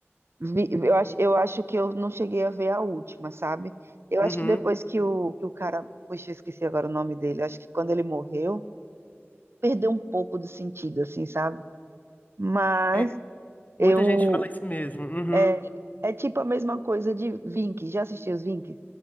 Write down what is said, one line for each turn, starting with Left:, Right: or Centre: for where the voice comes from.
Right: Vi- eu acho, eu acho que eu não cheguei a ver a última, sabe? Eu
Left: Uhum.
Right: acho que depois que o, que o cara. Poxa, eu esqueci agora o nome dele. Eu acho que quando ele morreu, perdeu um pouco de sentido, assim, sabe? Mas.
Left: É, muita
Right: Eu.
Left: gente fala isso mesmo. Uhum.
Right: É, é tipo a mesma coisa de Vinx. Já assisti os Vinx?